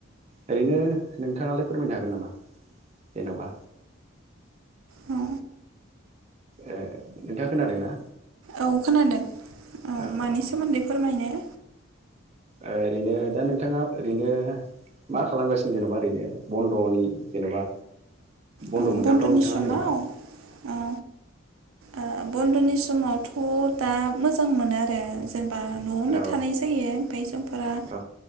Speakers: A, on the right; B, on the right.
A: ओरैनो नोंथाङालाय फोरमायनो हागोन नामा जेन'बा
B: औ
A: ओ नोंथाङा खोनादोंना
B: औ खोनादों औ
A: औ
B: मानि
A: औ
B: सोमोन्दै फोरमायनाय
A: ओरैनो दा नोंथाङा ओरैनो मा खालामगासिनो जेनेबा ओरैनो बन्द'नि जेन'बा बन्द'
B: औ
A: मोनथावथाव
B: बन्द'नि
A: नोंथाङा
B: समाव
A: जेन'बा
B: औ ओ बन्द'नि समावथ' दा मोजां मोनो आरो जेनेबा न'आवनो
A: औ
B: थानाय जायो ओमफ्राय जोंफोरा
A: औ